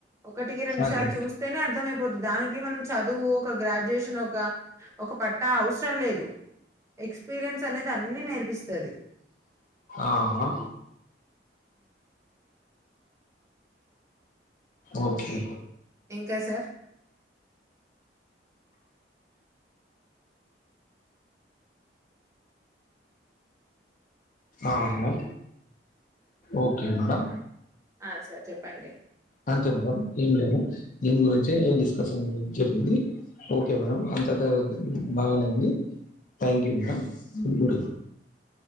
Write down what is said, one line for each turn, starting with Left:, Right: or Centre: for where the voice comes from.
Right: ఒకటికి రెండు
Left: అదే
Right: సార్లు చూస్తేనే అర్థమయిపోతుది దానికి మనం చదువు ఒక గ్రాడ్యుయేషన్ ఒక ఒక పట్టా అవసరం లేదు ఎక్స్పీరియన్స్ అనేది అన్ని నేర్పిస్తాది
Left: ఆహా ఓకే
Right: ఇంకా సార్
Left: ఆ మ ఓకే మేడం
Right: ఆ సరే చెప్పండి
Left: అంతే మేడం ఏం లేదు దీని గురించే డిస్కషన్ జరిగింది ఓకే మేడం అంత బాగానే అంది thank you madam good